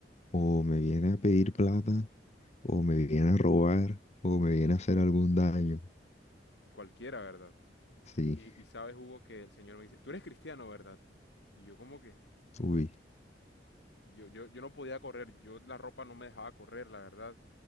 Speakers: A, on the left; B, on the left.
A: o me viene a pedir plata, o me viene a robar, o me viene a hacer algún daño.
B: Cualquiera, ¿verdad?
A: Sí,
B: Y, y sabes, Hugo, que el Señor me dice, tú eres cristiano, ¿verdad? Y yo como que,
A: uy,
B: yo, yo, yo no podía correr, yo la ropa no me dejaba correr, la verdad.